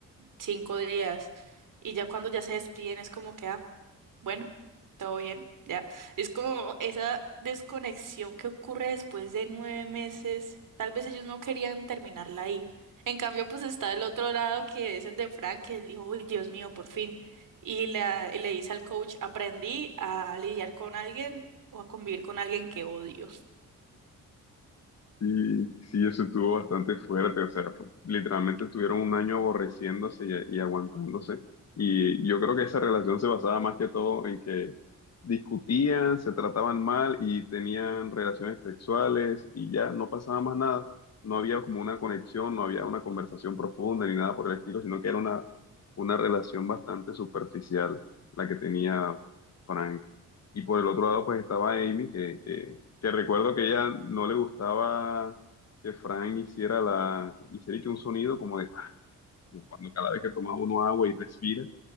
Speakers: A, on the right (about 70°); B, on the left (about 50°).
A: cinco días. Y ya cuando ya se despiden es como que, ah, bueno, todo bien, ya. Es como esa desconexión que ocurre después de nueve meses. Tal vez ellos no querían terminarla ahí. En cambio, pues está el otro lado que es el de Frank, que él dijo, uy, Dios mío, por fin. Y, la, y le dice al coach, aprendí a lidiar con alguien o a convivir con alguien que odio.
B: Sí, sí, eso estuvo bastante fuerte, o sea, fue- literalmente estuvieron un año aborreciéndose y, y aguantándose. Y yo creo que esa relación se basaba más que todo en que discutían, se trataban mal y tenían relaciones sexuales y ya no pasaba más nada. No había como una conexión, no había una conversación profunda ni nada por el estilo, sino que era una, una relación bastante superficial la que tenía Frank. Y por el otro lado, pues estaba Amy, que que que recuerdo que ella no le gustaba que Frank hiciera la, hiciera que un sonido como de, ah, como cuando cada vez que tomaba uno agua y respira,